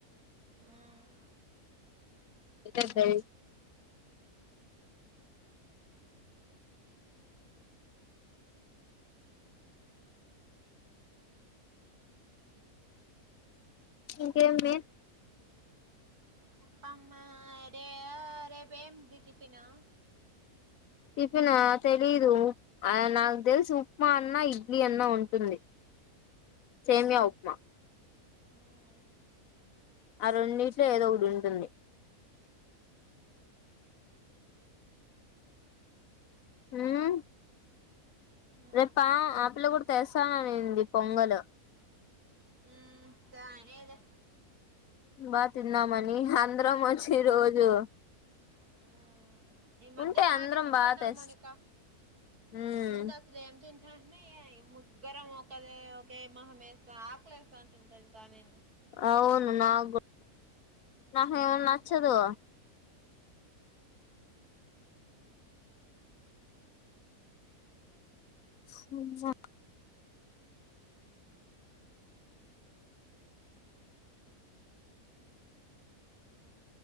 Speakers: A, on the right (about 80°); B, on the left (about 65°).
A: ఊ ఊ
B: ఎక్కడది ఇంకేమి మే
A: చెప్పమ్మా రే రేపిమిటి టిఫిను
B: టిఫిన్ ఆ తెలీదు నాకు తెలిసి ఉప్మా అన్నా ఇడ్లీ అన్నా ఉంటుంది సేమియా ఉప్మా
A: మ్మ్
B: ఆ రెండుటిలో ఏదో ఒకటి ఉంటుంది ఉమ్
A: ఆ
B: రేపు పా ఆ పిల్ల కూడా తెస్తాననింది పొంగలు
A: మ్మ్ తనేలే
B: బా తిందామని అందరం వచ్చి రోజు
A: మ్మ్ ఈ మధ్య
B: ఉంటే
A: బాగానే
B: అందరం
A: తింటున్నాం
B: బా తెస్
A: మౌనిక
B: మ్మ్
A: ముందు అసలు ఏం తి ర్మ ముగ్గురం ఒకదే ఒకే మొహం వేసుకొని ఆకలేస్తంటుంది తెలుసా నే
B: అవును నాకు నాకేమో నచ్చదు సుమ్మ